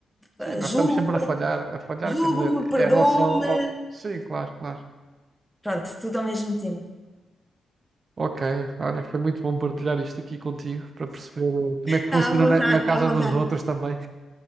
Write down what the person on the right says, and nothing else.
Sim,
nós
estamos sempre a falhar, a falhar,
quer dizer,
é em relação ao... Sim, claro, claro.
Ok, olha, foi muito bom partilhar isto aqui contigo para perceber eh, como é que
funciona
na, na casa
dos outros também.